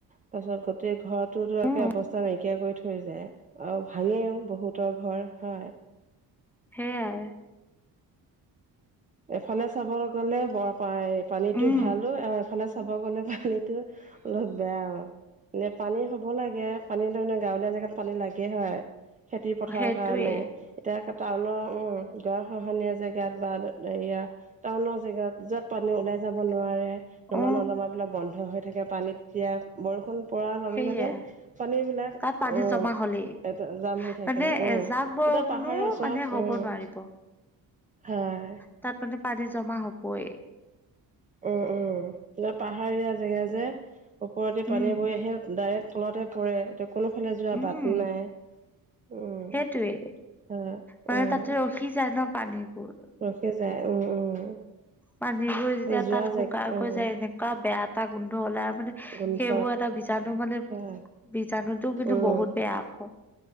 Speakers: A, on the right; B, in the centre.
A: তাৰ পাছত গোটেই ঘৰতো
B: উম
A: একে অৱস্থা নাইকিয়া কৰি থৈ থৈ যায়। আৰু ভাঙেও বহুতৰ ঘৰ হয়।
B: সেয়াই।
A: এফালে চাব গ'লে পানীতটো
B: উম
A: ভালো আৰু এফালে চাব গ'লে পানী তো অলপ বেয়াও পানী হ'ব লাগে পানী গাঁৱলীয়া জেগাত পানী লাগে হয়। খেতি পথাৰৰ
B: সেইটোৱে
A: কাৰণে এতিয়া টাউনৰ গঢ়া খহনীয়া জেগাত বা এয়া টাউনৰ জেগাত য'ত পানী ওলাই যাব নোৱাৰে। নলা
B: অ
A: নৰ্দমা বিলাক বন্ধ হৈ থাকে পানীত এতিয়া বৰষুণ পৰাৰ লগে
B: সেইয়াই
A: লগে পানী বিলাক
B: তাত পানী
A: ওম।
B: জমা হলেই
A: এয়াতে জাম হৈ থাকে
B: মানে
A: উমঁ
B: এজাক বৰষুণো
A: তাতে পাহাৰৰ ওচৰত
B: মানে হ'ব
A: উমঁ।
B: নোৱাৰিব
A: হয়ঁ।
B: তাত মানে পানী জমা হবই।
A: উমঁ উমঁ এ পাহাৰীয়া জেগা যে ওপৰতে পানী
B: উম
A: বৈ আহিল। ডাইৰেক তলাতে পৰে এতিয়া কোনোফালে যোৱা
B: উম
A: বাট নাই উম
B: সেইটোৱে
A: অঁ
B: মানে
A: উম।
B: তাতে ৰখি যায় ন পানীবোৰ।
A: ৰখি যায় উম উম।
B: পানীবোৰ যেতিয়া
A: এতিয়া যোৱা
B: তাত
A: জেগা
B: শুকাই
A: উম
B: কৈ যায় এনেকুৱা বেয়া এটা গোন্ধ ওলাই মানে
A: গোন্ধ
B: সেইবোৰ এটা- বিজাণু মানে
A: হয়
B: বিজাণুটো কিন্তু
A: উম
B: বহুত বেয়া আকৌ।